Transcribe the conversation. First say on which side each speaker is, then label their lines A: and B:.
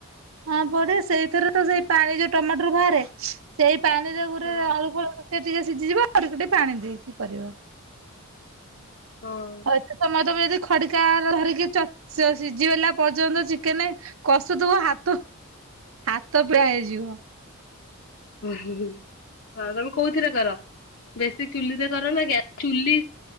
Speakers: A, on the right (about 70°); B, on the left (about 60°).
A: ହ ପଡେ ସେଇଥିରେ ତ ସେଇ ପାଣି ଯୋଉ ଟମାଟୋରୁ ବାହାରେ ସେଇ ପାଣିରେ ଗୁରେ
B: ହଁ
A: ଆଳୁ ଫାଳୁ ଟିକେ ସିଝିଯିବ ଆଉ ଟିକେ ପାଣି ଦେଇ କି କରିବ।
B: ହୁଁ
A: ହଉ ତ ତମ ତମ ଯଦି ଖଡିକା ଧରିକି ସିଝିଗଲା ପର୍ଯ୍ୟନ୍ତ ଚିକେନ କଷୁଥିବ ହାତ ହାତ ପୁରା ହେଇଯିବ।
B: ଉଁ ହୁଁ ତମେ କୋଉରେ କର। ବେଶୀ ଚୁଲି ତ କର ନା ଚୁଲି